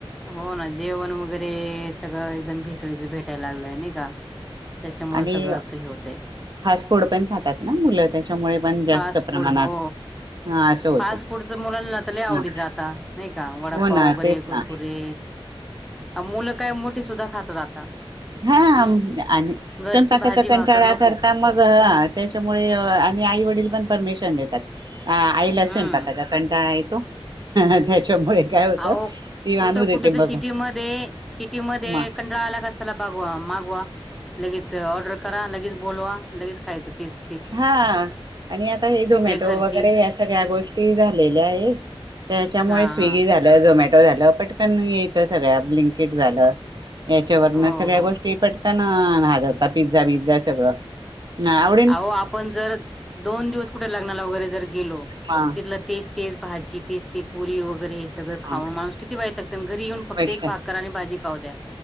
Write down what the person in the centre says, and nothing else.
हो ना जेवण वगैरे सगळं एकदम भिसळीच भेटायला लागलंय नाही का त्याच्यामुळे
सगळं असं हे होतय
फास्ट
फूड हो.
फास्ट फूडच मुलांनात आवडी
जात नाही का वडप्पा
वगैरे
कुरकुरे मुलं काय मोठी सुद्धा खात आता
हम्म
घरची
भाजी
भाकर नको
हम्म.
अह
कुठं
कुठं तर
सिटी मध्ये सिटी मध्ये
कंटाळा आला कस त्याला बगवा मागवा लगेच ऑर्डर करा लगेच बोलवा लगेच खायचं तेीस
घरची
हा
हा
हो
हो
अहो आपण जर दोन दिवस कुठे लग्नाला वगैरे जर गेलो
तिथलं ते तेज भाजी पीस् पुरी वगैरे हे सगळं
खाऊन माणूस किती वयत लागत घरी येऊन फक्त
एक
भाकर आणि भाजी खाऊ द्या